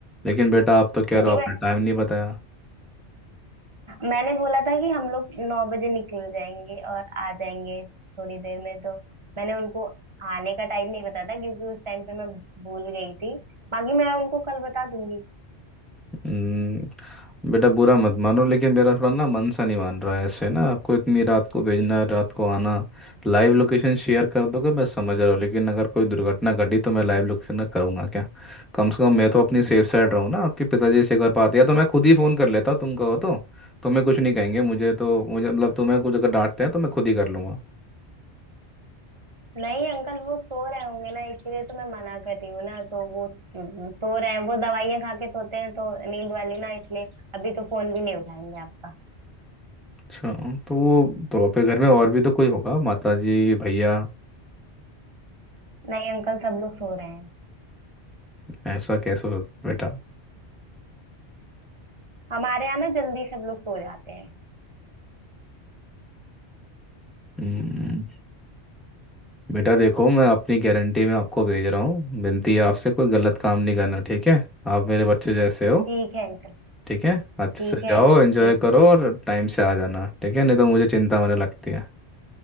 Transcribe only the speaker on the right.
क्योंकि
मैं
मैंने बोला था कि हम लोग नौ बजे निकल जाएंगे और आ जाएंगे थोड़ी देर में तो मैंने उनको आने का टाइम नहीं बताया था क्योंकि उस टाइम पे मैं भूल गई थी बाकी मैं उनको कल बता दूंगी
नहीं अंकल वो सो रहे होंगे ना इसलिए तो मैं मना कर रही हूँ ना तो वो स- सो रहे हैं वो दवाइयां खा के सोते हैं तो नींद वाली ना इसलिए अभी तो फोन भी नहीं उठाएंगे आपका
नहीं अंकल सब लोग सो रहे हैं
हमारे यहाँ ना जल्दी सब लोग सो जाते हैं
ठीक है अंकल
ठीक
है
अंकल
ठीक
है